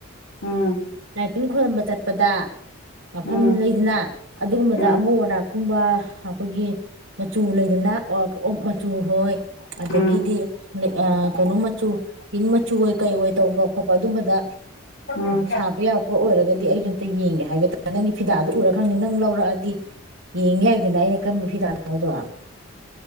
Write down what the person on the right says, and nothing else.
ꯂꯥꯏꯇꯤꯟ ꯈꯣꯏꯔꯝꯕ ꯆꯠꯄꯗ ꯃꯐꯝ
ꯂꯩꯗꯅ ꯑꯗꯨꯒꯨꯝꯕꯗ
ꯑꯉꯧ ꯑꯔꯥꯛ ꯀꯨꯝꯕ ꯑꯩꯈꯣꯏꯒꯤ ꯃꯆꯨ ꯂꯩꯗꯅ ꯃꯆꯨ ꯍꯣꯏ ꯑꯗꯒꯤꯗꯤ
ꯑꯥ ꯀꯩꯅꯣ ꯃꯆꯨ ꯄꯤꯡ ꯃꯆꯨ ꯑꯣꯏ ꯀꯩ ꯑꯣꯏ ꯇꯧꯕ ꯈꯣꯠꯄ ꯑꯗꯨꯝꯕꯗ
ꯁꯥꯕ ꯌꯥꯕ ꯄꯣꯠ ꯑꯣꯏꯔꯒꯗꯤ ꯑꯩꯖꯨ ꯑꯝꯇ ꯌꯦꯡꯒꯦ ꯍꯥꯏꯒꯦ ꯇꯧꯕ ꯅꯪꯒꯤ ꯐꯤꯗꯥꯗ ꯎꯔꯥ ꯈꯪꯅꯤ ꯅꯪ ꯂꯧꯔꯛꯑꯗꯤ ꯌꯦꯡ ꯌꯥꯏꯗꯅ ꯑꯩꯅ ꯀꯔꯝꯕ ꯐꯤꯗꯥꯅꯣꯗꯣ